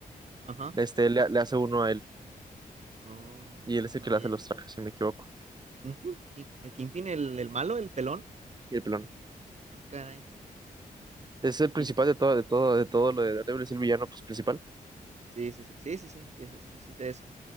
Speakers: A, on the right; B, on the right.
A: Ajá.
B: Este le, le hace uno a él.
A: Oh,
B: Y él es el
A: ah,
B: que le
A: ya.
B: hace los trajes, si no me equivoco.
A: ¿Kingpin? ¿King- eh, ¿Kingpin el, el malo, el pelón?
B: Y el pelón.
A: Ah, caray.
B: Es el principal
A: ¿Y,
B: de todo, de todo, de todo lo de Daredevil, es el villano pues, principal.
A: Sí, sí, sí, sí, sí, sí, sí, sí, sí, sí sé eso.